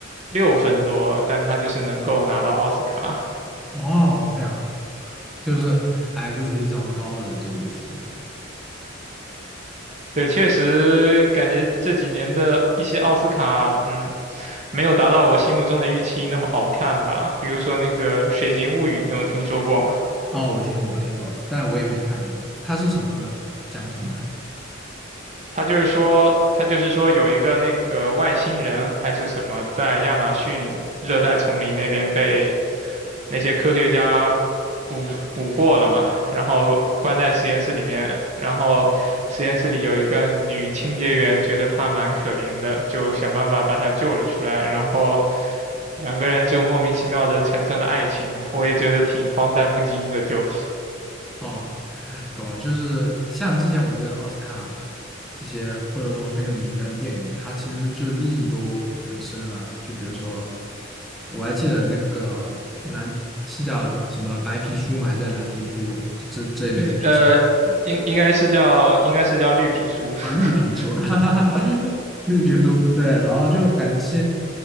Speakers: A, on the right; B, in the centre.
A: 六分多，但他就是能够拿到奥斯卡。
B: 哦，这样就是矮个子里找高的，这意思是吧？
A: 对，确实感觉这几年的一些奥斯卡，嗯，没有达到我心目中的预期那么好看吧。比如说那个《水形物语》，你有听说过吗？
B: 哦，我听过，我听过，但是我也没看过。它是什么讲什么的呀？
A: 他就是说，他就是说有一个那个外星人还是什么，在亚马逊热带丛林那边被那些科学家捕捕获了嘛，然后关在实验室里面，然后实验室里有一个女清洁员，觉得她蛮可怜的，就想办法把她救了出来，然后两个人就莫名其妙的产生了爱情，我也觉得挺荒诞不经的，就，
B: 哦，懂了，就是像之前我觉得奥斯卡这些或者说很有名的电影，它其实就利益都很深啊。就比如说，我还记得那个蓝是叫什么白皮书嘛，还是叫蓝皮书这这一类，
A: 日呃，
B: 就是
A: 应应该是叫应该是叫绿皮书，<laughs>
B: 啊绿皮书，<laughs> 比如说，对，然后就感觉这些